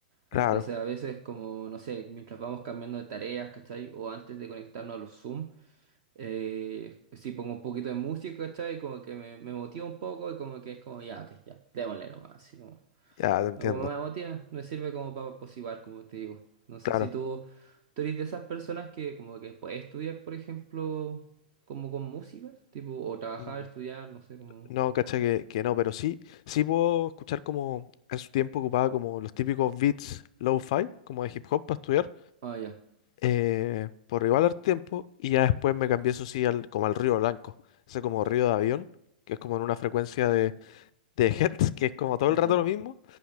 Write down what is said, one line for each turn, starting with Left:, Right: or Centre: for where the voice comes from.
Left: claro,
Right: Entonces a veces como, no sé, mientras vamos cambiando de tareas, ¿cachai? O antes de conectarnos a los Zoom. Eh, sí, pongo un poquito de música, ¿cachai? Como que me, me motiva un poco y como que es como, ya, ok, ya, démosle nomás, así como.
Left: ya te entiendo,
Right: No, Como me motiva, me sirve como para posiguar, como te digo. No sé
Left: claro.
Right: si tú, tú eres de esas personas que como que puedes estudiar, por ejemplo, como con música, tipo, o trabajar,
Left: Mm.
Right: estudiar, no sé, como...
Left: No, cacha que, que no, pero sí, sí puedo escuchar como en su tiempo ocupaba como los típicos beats low-fi, como de hip hop para estudiar,
Right: Ah, ya,
Left: eh, por igual al tiempo, y ya después me cambié eso sí al, como al Río Blanco, ese como Río de Avión, que es como en una frecuencia de, de <laughs> hertz, que es como todo
Right: ya,
Left: el rato
Right: ya,
Left: lo mismo,